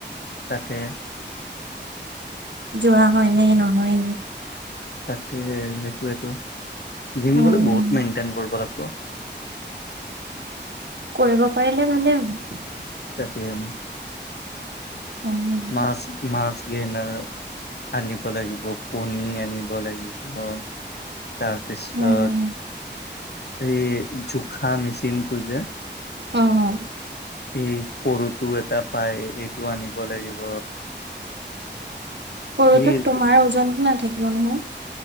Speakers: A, on the left; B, on the right.
A: তাকে।
B: যোৱা হয় নে নহয়
A: তাকে সেইটোৱেতো জিম
B: উম,
A: গলে বহুত মেইনটেইন কৰিব লাগি ব
B: কৰিব পাৰিলে ভালে হ'ব
A: মাছ
B: উম।
A: মাছ গেনৰ আনিব লাগিব কণী আনিব লাগিব তাৰপিছত
B: উম।
A: এই জোখা মেচিনটো যে
B: অঁ
A: এই সৰুটো এটা পায় এইটো আনিব লাগিব
B: সৰুটোত
A: ধেৰ
B: তোমাৰ ওজনটো নাথাকিব নহয়